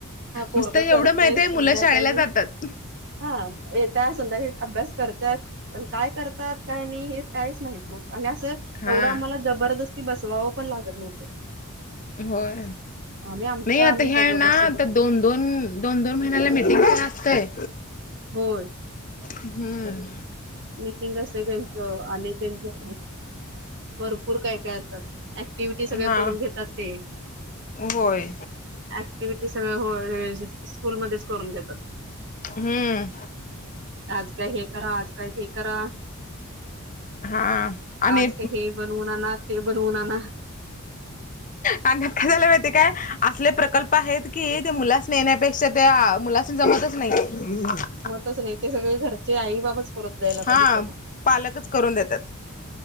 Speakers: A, on the right; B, on the left.
A: हा पोरगं
B: नुसतं एवढं
A: करतंय
B: माहित आहे मुलं
A: संध्याकाळी
B: शाळेला जातात
A: हा येतात संध्याकाळी अभ्यास करतात पण काय करतात काय नाही हे काहीच माहीत नव्हतं आणि असं
B: हा
A: एवढं आम्हाला जबरदस्ती बसवावं पण लागत नव्हतं.
B: होय,
A: आम्ही आमचं
B: नाही आता
A: आम्ही
B: हे आहे
A: बघ
B: ना
A: बसत
B: आता
A: होतो
B: दोन दोन, दोन दोन महिन्याला मिटिंग पण असतंय.
A: होय!
B: हम्म!
A: मीटिंग असतंय त्यांचं आणि त्यांच भरपूर काय काय अँक्टिव्हिटी सगळे
B: हा
A: करून घेतात ते.
B: होय
A: अँक्टिव्हिटी सगळं होय व्यवस्थित स्कूलमध्येच करून घेतात.
B: हम्म!
A: आज काय हे करा, आज काय ते करा.
B: हा आणि
A: आज काय हे बनवून आणा, ते बनवून आणा.
B: अगं काय झालं माहिती का? असले प्रकल्प आहेत की ते मुलासनी येण्यापेक्षा त्या मुला जमतच नाही ते.
A: तसं नाही ते सगळे घरचे आई बाबाच करत दयला पाहिजे
B: हा
A: त्यांना.
B: पालकच करून देतात